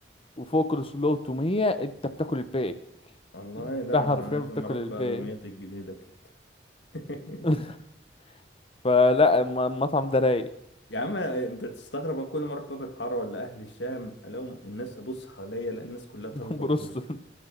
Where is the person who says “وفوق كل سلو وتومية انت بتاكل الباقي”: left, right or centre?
Left